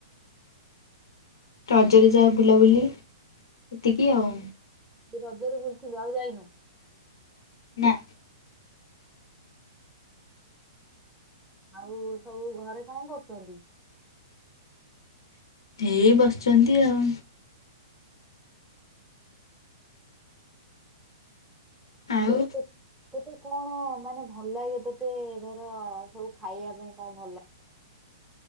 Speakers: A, on the left; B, in the centre.
A: ରଜରେ ଯା ବୁଲାବୁଲି ସେତିକି ଆଉ।
B: ଏ ରଜରେ ବୁଲୁଥୁଲୁ ଆଉ ଯାଇନୁ।
A: ନା।
B: ଆଉ ସବୁ ଘରେ କଣ କରୁଛନ୍ତି?
A: ଏଇ ବସଛନ୍ତି ଆଉ।
B: <unintelligible>
A: ଆଉ
B: ତୋତେ କଣ ମାନେ ଭଲ ଲାଗେ ତୋତେ ଧର ସବୁ ଖାଇବା ପାଇଁ କଣ ଭଲ ଲାଗେ?